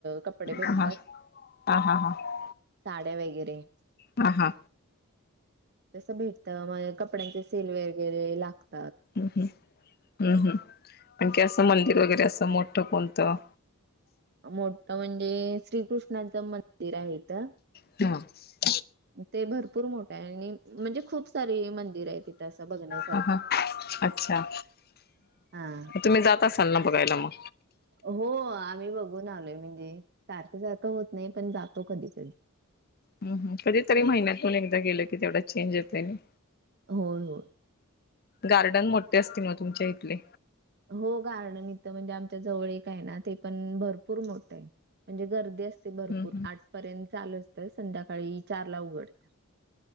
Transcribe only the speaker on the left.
हा हा हा हा
हा हा.
हम् हम् हम्म हम् पण की असं मंदिर वगैरे. कसं मोठं कोणतं.
ह.
हा हा अच्छा
तुम्ही जात असाल ना बघायला मग.
हम् हम कधीतरी महिन्यातून एकदा गेलं की तेवढा चेंज येतोय नाही.
गार्डन मोठे असतील मग तुमच्या इथले.
हम्म
हम्म